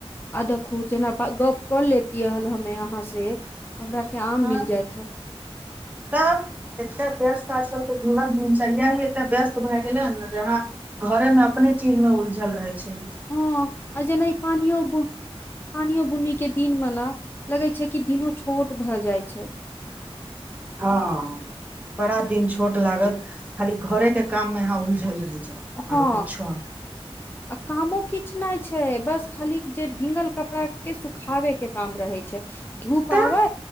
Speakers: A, on the left; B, on the right.
A: आ देखु जेना गप कर लेतियए हल हमे अहाँ से त हमरा आर के आम
B: हँ
A: मिल जायत ह
B: <inaudible> तऽ एते व्यस्त आ चल त जीवन दिनचरय ही एते व्यस्त भए गेलै हन ने जे यहाँ घरे में अपने चीज में उलझल रहे छी
A: हँ अ जेना इ पानियो पानियो बुनी के दिन म ने लगे छै की दिनो छोट भए जाय छै
B: हँ बड़ा दिन छोट लागत खाली घरे के काम मे उलझल रहि जाउ आरो
A: हँ
B: कुछो
A: आ कामो किछु नय छै बस खाली जे भींगल कपड़ा के सुखाबे के काम रहे छै धुप आबै
B: तऽ